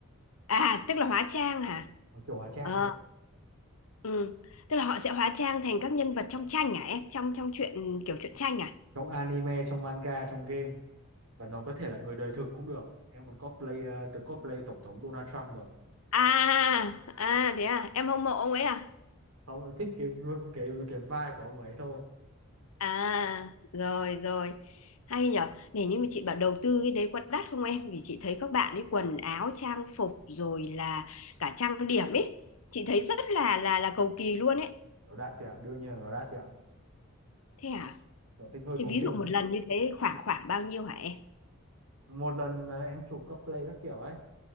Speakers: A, on the left; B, on the right.
A: à tức là hóa trang hả
B: nó kiểu hóa trang
A: Ờ,
B: chị ạ
A: ừ. tức là họ sẽ hóa trang thành các nhân vật trong tranh hả em trong trong truyện kiểu truyện tranh à
B: trong anime trong manga trong game và nó có thể là người đời thực cũng được em còn cosplay ờ, từ từng cosplay tổng thống Donald Trump rồi
A: à à thế à em hâm mộ ông ấy à
B: không em thích cái cái cái vibe của ông ấy thôi
A: à rồi rồi hay nhở này nhưng mà chị bảo đầu tư cái đấy có đắt không em vì chị thấy các bạn ấy quần áo trang phục rồi là cả trang điểm ấy chị thấy rất là là là cầu kỳ luôn ấy
B: nó đắt chị đương nhiên là nó đắt chị
A: thế à
B: sở thích hơi
A: thế
B: tốn
A: ví
B: tiền
A: dụ một
B: đấy
A: lần như thế khoảng khoảng bao nhiêu hả em
B: một lần à, em chụp các play các kiểu ấy